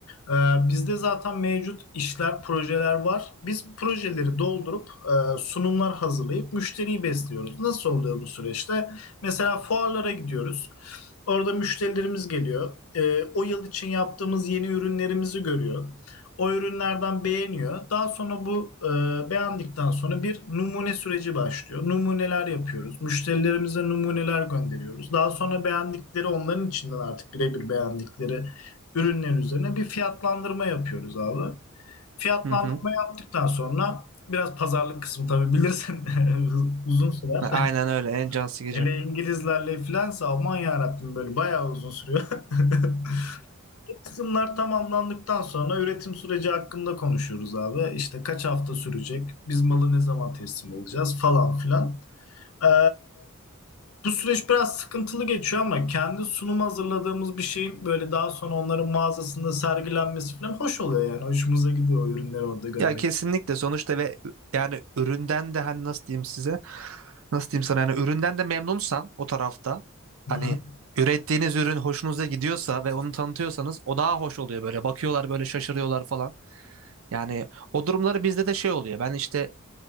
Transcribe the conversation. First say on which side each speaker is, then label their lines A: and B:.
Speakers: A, on the left (about 85°); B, on the right (about 70°).
A: E, bizde zaten mevcut işler, projeler var. Biz projeleri doldurup e, sunumlar hazırlayıp müşteriyi besliyoruz. Nasıl oluyor bu süreçte? Mesela fuarlara gidiyoruz. Orada müşterilerimiz geliyor. E, o yıl için yaptığımız yeni ürünlerimizi görüyor. O ürünlerden beğeniyor. Daha sonra bu e, beğendikten sonra bir numune süreci başlıyor. Numuneler yapıyoruz. Müşterilerimize numuneler gönderiyoruz. Daha sonra beğendikleri onların içinden artık birebir beğendikleri ürünler üzerine bir fiyatlandırma yapıyoruz abi. Fiyatlandırma
B: Hı hı.
A: yaptıktan sonra biraz pazarlık kısmı tabii bilirsin <laughs> uzun sürer.
B: Ha, Aynen öyle en can sıkıcı.
A: Hele İngilizlerle filansa aman yarabbim böyle bayağı uzun sürüyor. <laughs> Kısımlar tamamlandıktan sonra üretim süreci hakkında konuşuyoruz abi. İşte kaç hafta sürecek, biz malı ne zaman teslim alacağız falan filan. Ee, bu süreç biraz sıkıntılı geçiyor ama kendi sunum hazırladığımız bir şeyin böyle daha sonra onların mağazasında sergilenmesi falan hoş oluyor yani. Hoşumuza gidiyor o ürünleri orada görmek.
B: Ya kesinlikle sonuçta ve yani üründen de hani nasıl diyeyim size? Nasıl diyeyim sana yani üründen de memnunsan o tarafta hani
A: Hı hı.
B: ürettiğiniz ürün hoşunuza gidiyorsa ve onu tanıtıyorsanız o daha hoş oluyor böyle. Bakıyorlar böyle şaşırıyorlar falan. Yani o durumları bizde de şey oluyor. Ben işte